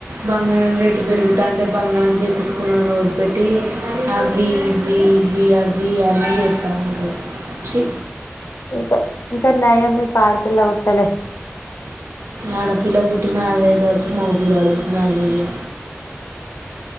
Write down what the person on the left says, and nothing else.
ఇంకా ఇంకా నయమే ఆడపిల్ల పుట్టలే.